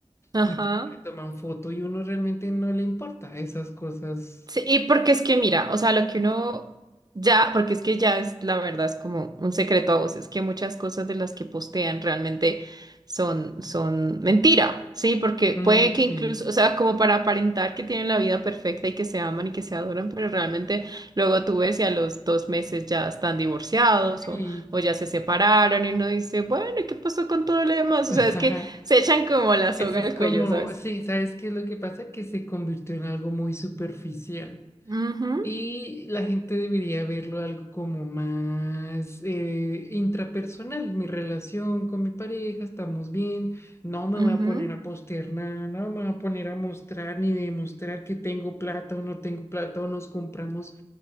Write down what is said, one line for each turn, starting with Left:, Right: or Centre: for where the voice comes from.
Right: ajá.
Left: Y pum, le toman foto y uno realmente no le importa esas cosas.
Right: Sí, y porque es que mira, o sea, lo que uno ya, porque es que ya es la verdad, es como un secreto a voces, que muchas cosas de las que postean realmente son, son mentira, ¿sí? Porque
Left: Mm,
Right: puede que
Left: sí,
Right: incluso, o sea, como para aparentar que tienen la vida perfecta y que se aman y que se adoran, pero realmente luego tú ves y a los dos meses ya están divorciados
Left: sí.
Right: o, o ya se separaron y uno dice, bueno, ¿y qué pasó con todo lo demás?
Left: <laughs>
Right: O sea, es que se echan como la soga
Left: Eso es
Right: al
Left: como,
Right: cuello, ¿sabes?
Left: sí, ¿sabes qué es lo que pasa? Que se convirtió en algo muy superficial.
Right: Ujú,
Left: Y la gente debería verlo algo como más eh, intrapersonal. Mi relación con mi pareja, estamos bien. No me
Right: Ujú,
Left: voy a poner a postear nada, no me voy a poner a mostrar ni demostrar que tengo plata o no tengo plata o nos compramos,